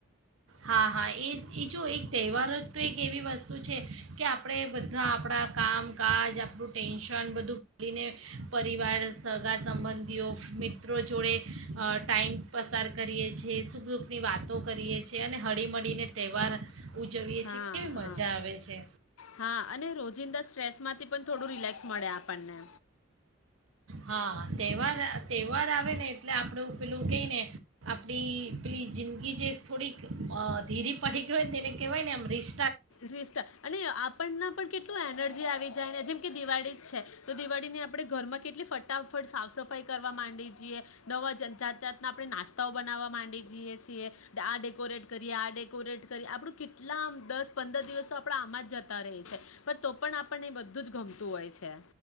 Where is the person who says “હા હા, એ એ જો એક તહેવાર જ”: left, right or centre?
Right